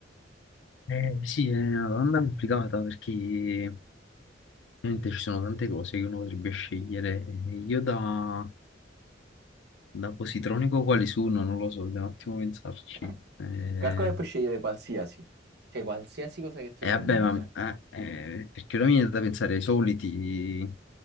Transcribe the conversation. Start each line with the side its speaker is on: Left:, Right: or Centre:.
Left: Eh, sì, è una domanda complicata perché ovviamente ci sono tante cose che uno potrebbe scegliere. Eh, Io da, da positronico quali sono? Non lo so, devo un attimo pensarci.
Right: Eh.
Left: Eh,
Right: Calcola che puoi scegliere qualsiasi, cioè qualsiasi cosa che ti
Left: eh,
Right: viene
Left: vabbè,
Right: in mente.
Left: ma eh, eh, perché ora mi viene da pensare ai soliti,